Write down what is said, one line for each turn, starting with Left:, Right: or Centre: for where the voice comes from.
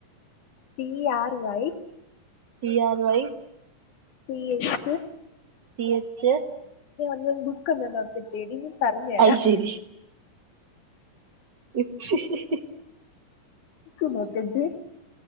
Left: T R Y
Right: T R Y
Left: P <unintelligible>
Right: T H
Left: ഒന്ന്ന്ന് ബുക്ക്ന്ന നോക്കട്ടേ ഡി ഇൻ പറഞ് തരാം
Right: അത് ശരി ഇ <unintelligible>
Left: ഇക്ക മാക്കണ്ട